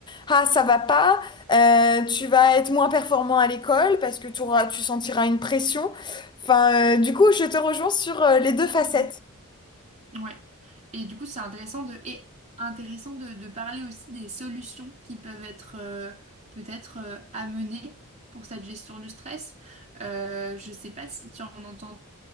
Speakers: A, on the left; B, on the right.
A: ah, ça va pas. Euh, tu vas être moins performant à l'école parce que tu auras, tu sentiras une pression. Enfin, euh, du coup, je te rejoins sur euh, les deux facettes.
B: Mm. Ouais. Et du coup, c'est intéressant de, et intéressant de, de parler aussi des solutions qui peuvent être euh, peut-être euh, amenées pour cette gestion du stress. Euh, je ne sais pas si tu en entends.